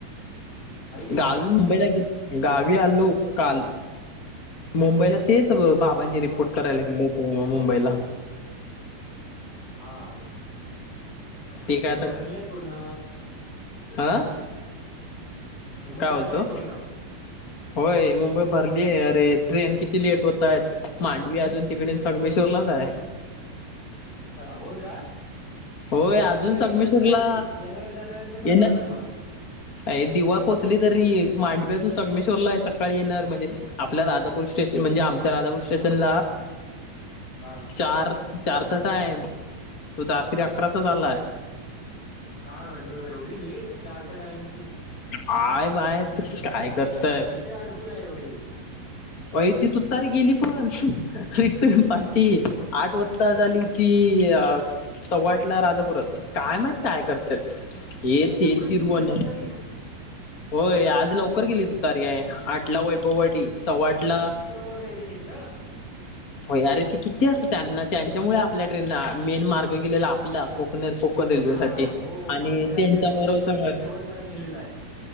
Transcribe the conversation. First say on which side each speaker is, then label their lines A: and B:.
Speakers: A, on the left; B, on the left.
A: कधी
B: गावी
A: आलास
B: मुंबईला गे. गावी आलो काल मुंबईला तेच बाबांचे
A: हा हा
B: रिपोर्ट करायला गेल होतो मुंबईला.
A: हा हा
B: ते काय
A: मुंबई भरलेय पूर्ण
B: हं.
A: मुंबई
B: काय बोलतो?
A: भरली आहे पूर्ण
B: होय मुंबई भरली आहे. अरे ट्रेन किती लेट होत आहेत मांडवी अजून तिकडे संगमेश्वरलाच
A: हो
B: आहे.
A: हो का
B: होय
A: आपल्या
B: अजून सगमेश्रला.
A: इकडनं जाणार येणाऱ्या जाणाऱ्यांचं
B: येन
A: कसं होणार मग
B: अ दिवा पोचली तर तरी मांडव्यातून संगमेश्वरला आहे. सकाळी येणार, म्हणजे आपल्या राजापूर स्टेशन म्हणजे आमच्या राजापूर स्टेशन
A: हा
B: चार चारचा टाइम तो रात्री अकराचा झालाय.
A: काय म्हणतोय? एवढी लेट चारच्या टाइमिंगची?
B: आय बा आहेत काय करताय.
A: कुठे अडकून आहे एवढी
B: वय ती तूतारी गेली पण. रिटन पार्टी आठ वाजता झाली होती अ सव्वाटला राजापुरात. काय मत काय करतात येत येत
A: तर
B: तिरुवनंत
A: गेली शतकरी.
B: होय. आज लवकर गेली तुतारी्या आहे. आठला वैभववाडी सव्वा आठला
A: नाहीेत तीस ना?
B: भययारे ते किती असत त्यांना त्यांच्यामुळे आपल्या ट्रेनना मेन मार्ग केलेला आपला. कोकण कोकण रेल्वे
A: हा
B: साठी
A: हो
B: आणि
A: कोकणात
B: त्यांचा
A: केलेला मग
B: बरसा
A: त्यांच्या तिकडे शेवटपर्यंत नेलेला आहे